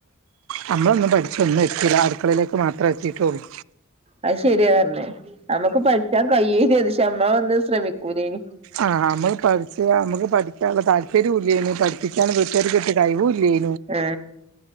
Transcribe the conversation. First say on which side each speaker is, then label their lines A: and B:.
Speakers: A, on the right; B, on the right.
A: നമ്മളൊന്നും പഠിച് ഒന്നും എത്തില അടുക്കളയിലേക്ക് മാത്രേ എത്തിട്ടുള്ളൂ
B: അത് ശരിയാ പറഞ്ഞേ നമ്മുക്ക് പഠിച്ചാൻ കയ്യേനു അത് ഷേ നമ്മളൊന്നും ശ്രമിക്കൂലേനി
A: ആ നമ്മള് പഠിച്ച നമുക്ക് പഠിക്കാനുള്ള താല്പര്യംഇല്ലേനു പഠിപ്പിക്കാൻ വീട്ടാർകെറ്റേ കഴിവുല്ലെനു
B: ഏ